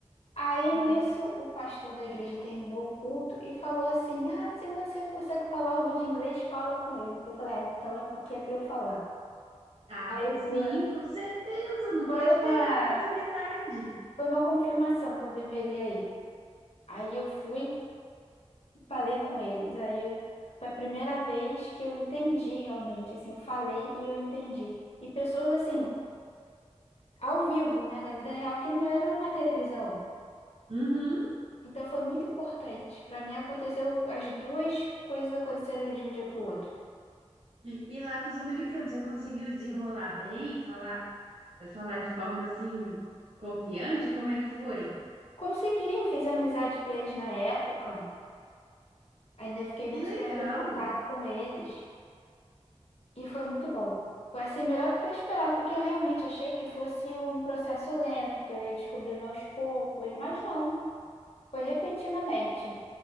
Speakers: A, on the left; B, on the right.
A: Aí
B: Hum.
A: nisso, o pastor da igreja terminou o culto e falou assim: Ah, se você consegue falar algo de inglês, fala com ele. Eu falei: Ah, então é porque é pra eu falar.
B: Ai,
A: Aí
B: sim,
A: fui lá.
B: com certeza, não
A: Foi
B: pode
A: uma,
B: perder a oportunidade.
A: foi uma confirmação que eu deveria ir. Aí eu fui. falei com eles. Aí eu- foi a primeira vez que eu entendi realmente, assim, eu falei e eu entendi. E pessoas assim, ao vivo, né, da vida real, que não era uma televisão.
B: Uhum.
A: Então foi muito importante. Para mim aconteceu, as duas coisas aconteceram de um dia para o outro.
B: E lá com os americanos, você conseguiu desenrolar bem, falar, falar de forma assim confiante? Como é que foi?
A: Consegui, eu fiz amizade com eles na época. Ainda fiquei muito
B: Que legal!
A: tempo em contato com eles e foi muito bom. Foi assim melhor do que eu esperava, porque eu realmente achei que fosse um processo lento, que eu ia descobrindo aos poucos, mas não. Foi repentinamente.